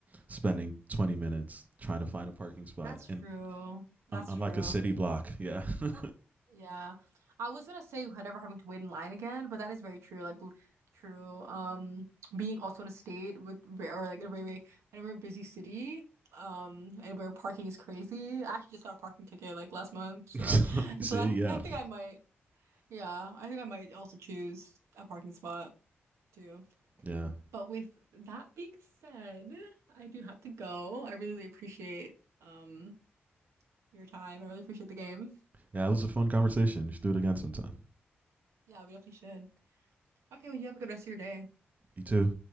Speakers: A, on the right (about 35°); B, on the right (about 85°).
A: spending 20 minutes trying to find a parking spot
B: That's true.
A: and
B: That's
A: on, on
B: true.
A: like a city block. Yeah. <laughs>
B: Yeah. I was gonna say never having to wait in line again, but that is very true. Like l- true. Um, being also in a state with ve- or like in a very, very in a very busy city, um, and where parking is crazy. I actually just got a parking ticket like last month, so
A: <laughs> See,
B: so I,
A: yeah,
B: <laughs> I think I might. Yeah, I think I might also choose a parking spot too.
A: yeah,
B: But with that being said, I do have to go. I really really appreciate um your time. I really appreciate the game.
A: yeah. It was a fun conversation. You should do it again sometime.
B: Yeah, we definitely should. Okay, well, you have a good rest of your day.
A: You too.